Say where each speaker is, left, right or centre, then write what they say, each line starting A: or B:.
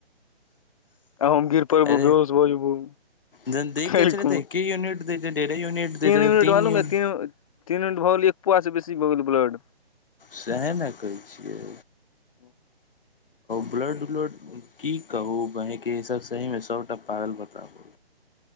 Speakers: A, on the left; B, on the left.
A: आ हम गिर पड़बो
B: अरे
A: बेहोश भऽ जेबो
B: जन देख
A: काल्हि
B: के छल रे
A: खुमा
B: त की यूनिट दत ढेरी यूनिट दे तऽ
A: मिनट
B: तीन
A: मालूम
B: यूनि
A: य तीन मंट भऽ गेल एक पुआ से बेसी भऽ गेल ब्लड
B: सएह ने कहै छियै
A: ह
B: ब्लड उलड की कहू बहि के सब सही मे सबटा पागल बताबु